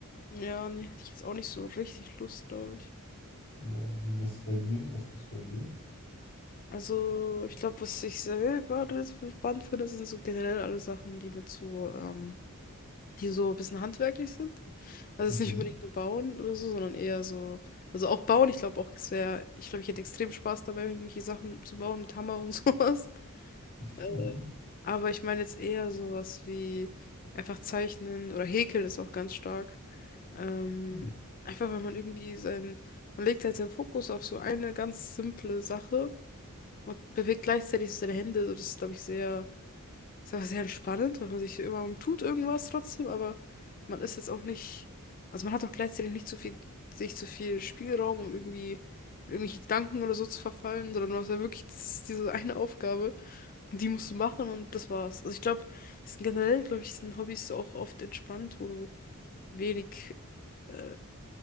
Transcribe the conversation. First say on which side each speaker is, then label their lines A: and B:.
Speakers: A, on the left; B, on the left.
A: Ja, nee, hätte ich jetzt auch nicht so richtig Lust, glaube ich.
B: Ja, wie, was ist bei dir so? Was gibt's bei dir?
A: Also, ich glaube, was ich selber das spannend finde, sind so generell alle Sachen, die mit so, ähm, die so ein bisschen handwerklich sind. Also
B: Mhm.
A: es ist nicht unbedingt nur Bauen oder so, sondern eher so, also auch Bauen, ich glaube auch, es wäre, ich glaube, ich hätte extrem Spaß dabei, irgendwelche Sachen zu bauen mit Hammer und <laughs> sowas.
B: <laughs>
A: Äh, aber ich meine jetzt eher sowas wie einfach zeichnen oder häkeln ist auch ganz stark. Ähm,
B: Mhm.
A: einfach weil man irgendwie sein, man legt halt seinen Fokus auf so eine ganz simple Sache und bewegt gleichzeitig so seine Hände. So, das ist, glaube ich, sehr ist aber sehr entspannend, weil man sich immer, man tut irgendwas trotzdem, aber man ist jetzt auch nicht, also man hat auch gleichzeitig nicht zu viel, nicht zu viel Spielraum, um irgendwie in irgendwelche Gedanken oder so zu verfallen, sondern du hast ja wirklich dieses, diese eine Aufgabe und die musst du machen und das war's. Also ich glaube, es sind generell, glaube ich, sind Hobbys auch oft entspannt, wo du wenig äh,